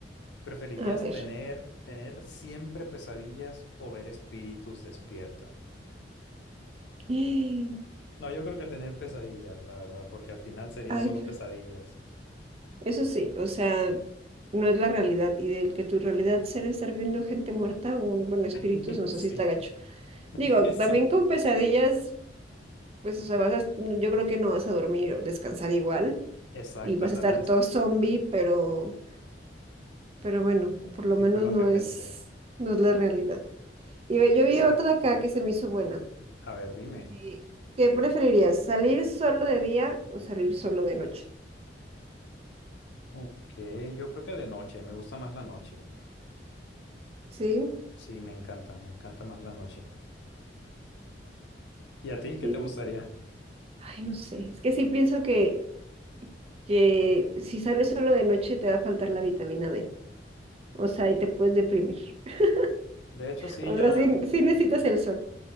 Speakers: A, on the left; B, on the right.
A: ¿Preferirías
B: a ver.
A: tener, tener siempre pesadillas o ver espíritus despierta?
B: Ay,
A: No, yo creo que tener pesadillas, la verdad, porque al final serían
B: pero-
A: solo pesadillas.
B: eso sí, o sea, no es la realidad. Y del que tu realidad sea estar viendo gente muerta o, bueno, espíritus,
A: <laughs>
B: no sé
A: Sí,
B: si está gacho.
A: <laughs>
B: Digo,
A: sí,
B: también con pesadillas, pues, o sea, vas a- yo creo que no vas a dormir o descansar igual.
A: exacto,
B: Y vas
A: también
B: a estar
A: es-
B: todo zombie, pero Pero bueno, por lo
A: sí
B: menos
A: fue lo
B: no
A: que pensé.
B: es, no es la realidad. Y ve, yo vi
A: Sí,
B: otra acá que se me hizo buena.
A: a ver, dime.
B: Eh, ¿Qué preferirías? ¿Salir solo de día o salir solo de noche?
A: Ok, yo creo que de noche, me gusta más la noche.
B: Sí,
A: Sí, me encanta, me encanta más la noche. ¿Y a ti qué
B: sí,
A: te
B: pues,
A: gustaría?
B: ay, no sé. Es que sí pienso que, que si sales solo de noche te va a faltar la vitamina D. O sea, y te puedes deprimir. <laughs>
A: De hecho, sí,
B: O
A: ya,
B: sea, sí, sí necesitas el sol.